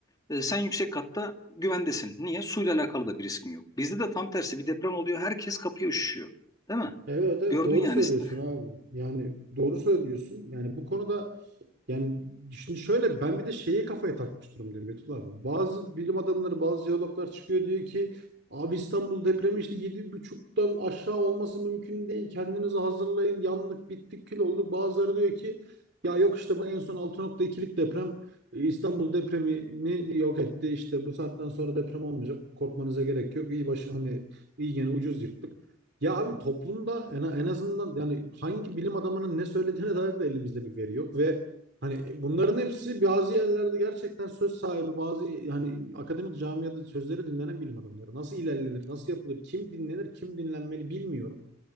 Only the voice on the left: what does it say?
E, sen yüksek katta güvendesin. Niye? Suyla alakalı da bir riskin yok. Bizde de tam tersi bir deprem oluyor. Herkes kapıya üşüşüyor. Değil mi?
Gördün
yani.
<laughs>